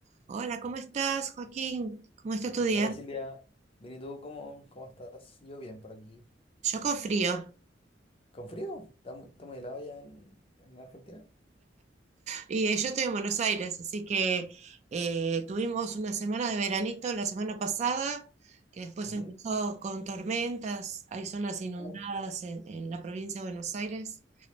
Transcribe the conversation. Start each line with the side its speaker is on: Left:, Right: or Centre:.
Right: Hola, ¿cómo estás, Joaquín? ¿Cómo está tu día?
Left: Hola Silvia, bien y tú, ¿cómo, cómo estás? Yo bien por aquí.
Right: Yo con frío
Left: ¿Con frío? ¿Está, mu- está muy helado ya en, en Argentina?
Right: y eh, yo estoy en Buenos Aires, así que eh, tuvimos una semana de veranito la semana pasada, que después
Left: Ujú.
Right: empezó con tormentas, hay zonas inundadas
Left: Uh,
Right: en, en la provincia de Buenos Aires.